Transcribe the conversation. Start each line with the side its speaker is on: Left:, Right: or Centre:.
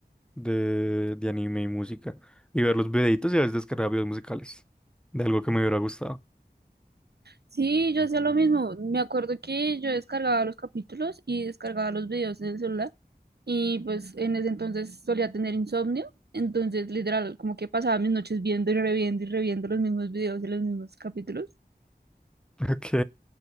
Centre: de, de anime y música. Y ver los videitos y a veces descargar videos musicales de algo que me hubiera gustado. <laughs>
Right: Sí, yo hacía lo mismo. Me acuerdo que yo descargaba los capítulos y descargaba los videos en el celular y pues en ese entonces solía tener insomnio. Entonces, literal, como que pasaba mis noches viendo y reviendo y reviendo los mismos videos y los mismos capítulos.
Centre: Ok.